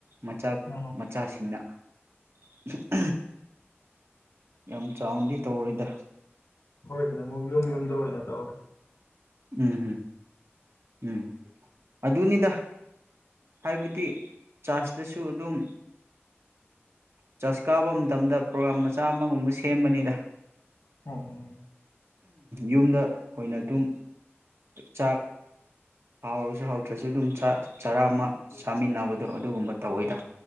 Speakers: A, on the right (about 65°); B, on the left (about 80°).
A: ꯃꯆꯥ
B: ꯎꯝ
A: ꯃꯆꯥꯁꯤꯡꯅ <inaudible> ꯌꯥꯝ ꯆꯥꯎꯅꯗꯤ ꯇꯧꯔꯣꯏꯗ
B: ꯍꯣꯏꯗꯅ ꯑꯃꯨꯛ ꯌꯨꯝ ꯌꯨꯝꯗ ꯑꯣꯏꯅ ꯇꯧꯔꯦ
A: ꯎꯝ ꯎꯝ ꯎꯝ ꯑꯗꯨꯅꯤꯗ ꯍꯥꯏꯕꯗꯤ ꯆꯥꯔꯖꯇꯁꯨ ꯑꯗꯨꯝ ꯆꯥꯔꯖ ꯀꯥꯕ ꯃꯇꯝꯗ ꯄ꯭ꯔꯣꯒ꯭ꯔꯥꯝ ꯃꯆꯥ ꯑꯃꯒꯨꯝꯕ ꯁꯦꯝꯕꯅꯤꯗ
B: ꯎꯝ
A: ꯌꯨꯝꯗ ꯑꯣꯏꯅ ꯑꯗꯨꯝ ꯆꯥꯛ ꯍꯥꯎꯔꯁꯨ ꯍꯥꯎꯗ꯭ꯔꯁꯨ ꯑꯗꯨꯝ ꯆꯥꯛ ꯆꯔꯥꯃ ꯆꯥꯃꯤꯟꯅꯕꯗꯣ ꯑꯗꯨꯒꯨꯝꯕ ꯇꯧꯋꯤꯗ